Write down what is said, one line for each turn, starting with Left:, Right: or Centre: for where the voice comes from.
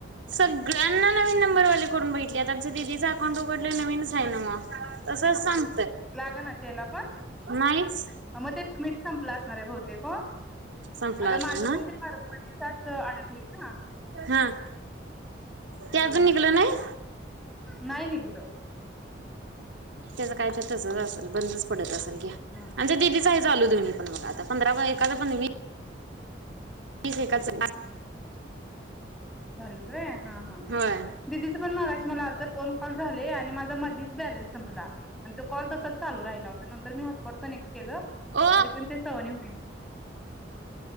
Right: सगळ्यांना नवीन नंबरवाले करून बेटली आता आमच्या दिदीचं अकाउंट उघडलं नवीनच आहे ना मग तंच सांग
Centre: लाग ना त्याला पण
Right: नाहीच
Centre: मग ते मीठ संपलं असणार आहे भोवतेक आता
Right: संपला असेल
Centre: माझं
Right: ना
Centre: पण ते मार्ग मच अस अडकले ना
Right: हा.
Centre: तसं
Right: ते अजून
Centre: झाले
Right: निघलं नाही
Centre: नाही न किलो
Right: त्याच काही तर तसच असेल बंदच पडत असल घ्या
Centre: हा
Right: म्हच्या दिदीचही चालूु्ही पण बघ आता पंधरा एकाचा पण वीस तीच एकाच
Centre: झालं तय हा हा
Right: होय
Centre: दिदीचं पण माराशी मला आल तर दोन कॉल झाले आणि माझा मधीच बॅलेन्स संपला आणि तो कॉल तसच चालू राहिला होता नंतर मी हॉस्पॉट कनेक्ट केलं
Right: ओ
Centre: तरी पण ते सहने होईल <inaudible>